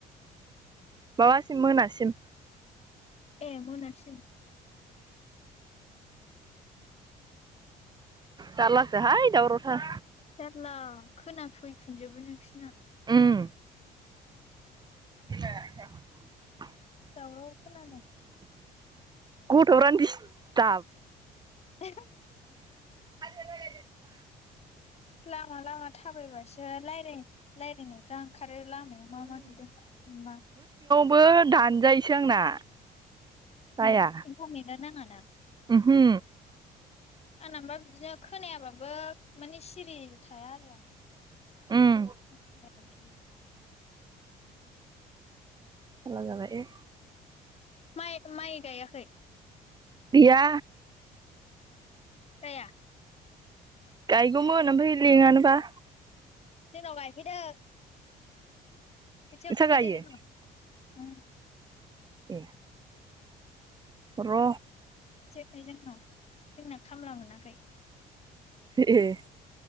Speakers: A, on the right; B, on the left.
A: माबासिम मोनासिम।
B: ए मोना‌सिम।
A: जारलासो हाय दावरावथार।
B: <unintelligible> खोनाफैफिनजोबो नोंसिना।
A: उम। <unintelligible>
B: दावराव खोनादों।
A: गथ'रानो दिसताब
B: <unintelligible>
A: <inaudible>
B: लामा लामा थाबायबासो राय रालायनायफ्रा ओंखार रो लामायाव मा मा नुदों मा मा नुवा
A: बो दानजायोसो आंना। जाया।
B: ओम इन्टारनेटा नाङा <unintelligible>
A: उमहो
B: आंनाबा बिदिनो खोनायाबाबो माने सिरि थाया आरो आं।
A: उम।
B: <unintelligible>
A: जाला जाबाय।
B: माइ माइ गायाखै?
A: गैया।
B: गाया।
A: गायगौमोन ओमफ्राय लिङानोबा।
B: जोंनाव गायफैदो। खोथिया
A: नोंस्रा
B: फुफैदो
A: गायो
B: जोंनाव। उम।
A: ए। र।
B: जेरखाय जोंनाव जोंना खामला मोनाखै।
A: एहे।